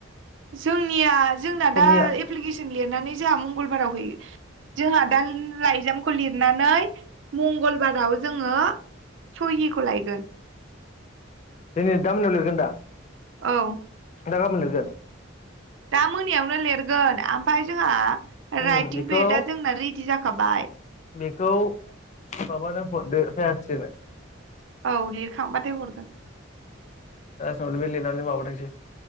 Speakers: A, on the right; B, on the left.
A: जोंनिया जोंना
B: समनिया
A: दा एब एप्लिकिसन लिरनानै जोंहा मंगलबाराव हैयो जोंहा दा लाइजामखौ लिरनानै। मंगलबाराव जोङो। सहिखौ लायगोन
B: दिनै दा मोनायाव लिरगोन दा
A: औ।
B: <inaudible> गाबोन लिरगोन।
A: दा मोनायावनो लिरगोन आमफाय जोंहा
B: उम
A: राइटिं
B: बेखौ
A: बेदआ जोंना रेडि जाखाबाय।
B: बेखौ माबानो हरदो बायाति्नो
A: औ लिरखांबाथाय हरगोन।
B: लासावनो बे लिरनानै माबाथोंसै